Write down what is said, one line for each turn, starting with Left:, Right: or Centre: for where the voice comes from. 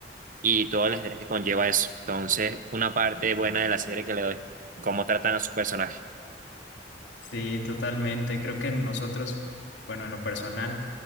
Right: y todo el estrés que conlleva eso. Entonces, una parte buena de la serie que le doy, cómo tratan a sus personajes.
Left: Sí, totalmente. Creo que nosotros, bueno, en lo personal,